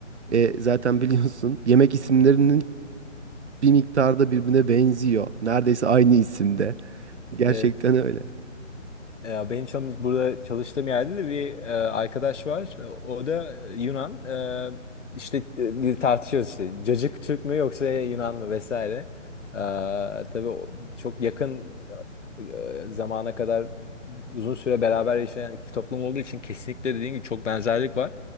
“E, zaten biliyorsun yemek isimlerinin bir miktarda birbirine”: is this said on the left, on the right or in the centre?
Right